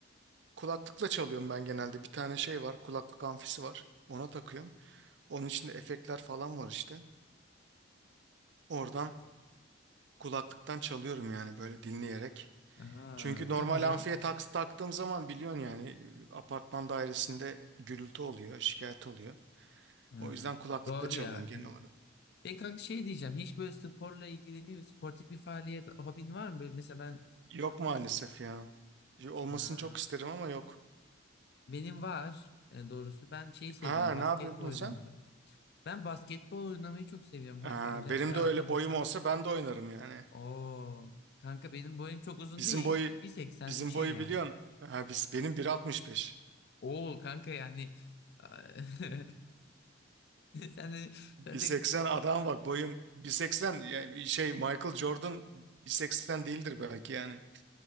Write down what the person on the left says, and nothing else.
Aa,
çok güzel.
Ha,
doğru
ya
kanka.
E kanka şey diyeceğim. Hiç böyle sporla ilgileniyor musun? Sportif bir faaliyet, hobin var mı? Böyle mesela ben
Ee,
benim var e, doğrusu. Ben şeyi seviyorum
basketbol
oynamayı.
Ben basketbol oynamayı çok seviyorum
kanka. Özellikle
arkadaşlar.
Oo kanka benim boyum çok uzun
değil.
1.80
bir şey
yani.
Oo kanka yani <laughs> sen de
sen de